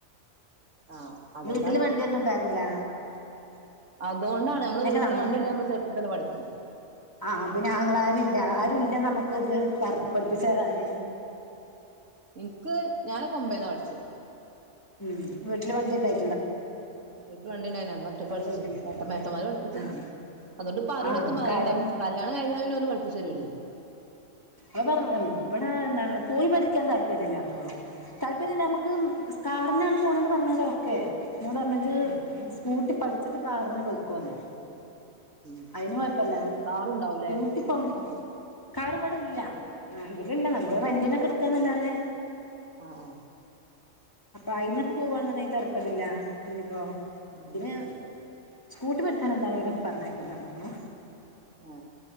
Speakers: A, on the right; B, on the left.
A: ആഹ് അതോണ്ടാണ്
B: വീട്ടില് വണ്ടിന്നും ഇണ്ടായിരുന്നില്ല
A: അതോണ്ടാണ് നമ്മള് വീട്ടില്ള്ള
B: ന
A: വണ്ടിണ്ടയ നമ്മൾ ചെർപ്പത്തെന്നെ പഠിക്കു
B: ആഹ് പിന്നെ ആങ്ങളാര്ല്ല ആരുല്ല നമ്മക്ക്ത് പറ പഠിപ്പിച്ചരാന്
A: ഈ ക്ക് ഞാൻ ഓമ്പേന്നാ പഠിച്ചേ
B: ഉം വീട്ടില് വണ്ടി ണ്ടായി
A: ഉം വണ്ടിണ്ടായ്ഞ് അന്ന് ഒറ്റക്
B: ഓലെ
A: പഠിച്
B: വീട്ടില്
A: ഏട്ടമ്മ ഏട്ടന്മാര് പഠിപ്പിച്ചന്ന്
B: ആഹ്
A: അതുകൊണ്ട് പ്പ ആരോടൊത്തും
B: ആഹ് നമുക്ക്
A: പറയേണ്ട
B: ആരും
A: കല്യാണ കഴിഞ്ഞാല് പിന്നെഓല് പഠിപ്പിച്ചരൂലെ
B: അ പറഞ്ഞതൻ ഇവിടെ എന്താണ് പോയി പഠി ക്കാൻ താല്പര്യംല്ലാത്തതൊള്ളൂ താല്പര്യം നമുക്കും സ് കാറിനാണ് പോണെന്ന് പറഞ്ഞാൽ ഓക്കെ എന്നോട് പറഞ്ഞത്
A: ഉം
B: സ്കൂട്ടി പഠി ച്ചിട്ട് കാറിന് പോയിക്കോന്ന്
A: ഉം
B: അയിന് കൊഴപ്പല്ല
A: സ്റ്റാറുണ്ടാവൂലേ
B: സ്കൂട്ടി പം കാറ് ഇവിടല്ല <unintelligible> ഇല്ല നമ്മള് റെൻറ്റിനൊക്കെ എടുക് ക്കന്നല്ലാതെ
A: ആ ആ
B: അപ്പൊ അയിന്നൊക്കെ പോവാന്നുണ്ടെങ്കി തരക്കേടില്ല ഇനിയിപ്പോ
A: ഉം
B: ഇതിന് സ്കൂട്ടി പഠിക്കാൻ എന്തായാലും പറഞ്ഞേക്കൂല്ല അർഞ്ഞുകുണു.
A: ആഹ്